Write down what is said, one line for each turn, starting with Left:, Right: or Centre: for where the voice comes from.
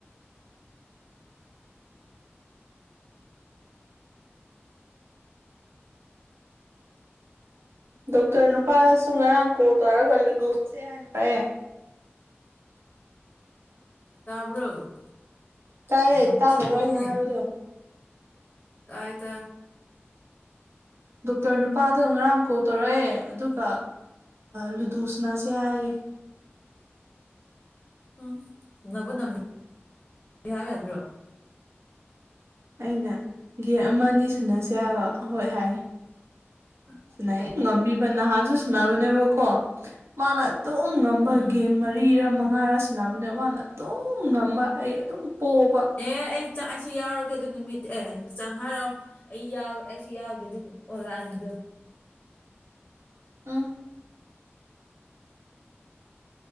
Right: ꯗꯣꯛꯇꯔ ꯅꯨꯄꯥꯁꯨ ꯉꯔꯥꯡ ꯀꯣꯜ ꯇꯧꯔꯒ ꯂꯨꯗꯨꯁꯦ ꯍꯥꯏꯟꯑꯦ꯫
Left: ꯇꯥꯕ꯭ꯔꯣ꯫
Right: ꯇꯥꯏꯌꯦ
Left: ꯌꯣꯊꯤꯑꯦ
Right: ꯇꯥꯗꯕ꯭ꯔꯣꯅ ꯍꯥꯏꯕꯗꯣ
Left: ꯇꯥꯏ ꯇ
Right: ꯗꯣꯛꯇꯔ ꯅꯨꯄꯥꯗꯣ ꯉꯔꯥꯡ ꯀꯣꯜ ꯇꯧꯔꯛꯑꯦ ꯑꯗꯨꯒ ꯂꯨꯗꯨꯁꯤꯅꯥꯁꯦ ꯍꯥꯏꯌꯦ꯫
Left: ꯎꯝ ꯅꯕꯨ ꯅꯪ ꯍꯥꯏꯕ ꯌꯥꯗ꯭ꯔꯣ꯫
Right: ꯑꯩꯅ ꯒꯦꯝ ꯑꯃ ꯑꯅꯤ ꯁꯟꯅꯁꯦ ꯍꯥꯏꯕ ꯍꯣꯏ ꯍꯥꯏ
Left: <inaudible>
Right: ꯁꯤꯟꯅꯩꯌꯦ ꯉꯝꯕꯤꯕ ꯅꯍꯥꯟꯁꯨ ꯁꯅꯕꯅꯦꯕꯀꯣ ꯃꯥꯅ ꯇꯣꯝ ꯉꯝꯕ
Left: ꯎꯝ
Right: ꯒꯦꯝ ꯃꯔꯤꯔ ꯃꯉꯥꯔ ꯁꯅꯕꯅꯦ ꯃꯥꯅ ꯑꯗꯨꯝ ꯉꯝꯕ ꯑꯩ ꯑꯗꯨꯝ ꯄꯣꯕ
Left: ꯑꯦ ꯑꯩ ꯆꯥꯛꯏꯁꯤ ꯌꯥꯎꯔꯒꯦ ꯑꯗꯨ ꯅꯨꯃꯤꯠ ꯑꯦ ꯆꯪ ꯍꯥꯏꯔꯛꯑꯣ ꯑꯩ ꯑꯩꯁꯨ ꯌꯥꯎꯒꯦ ꯑꯗꯨ ꯑꯣꯟꯂꯥꯏꯟꯒꯤꯗꯣ
Right: ꯎꯝ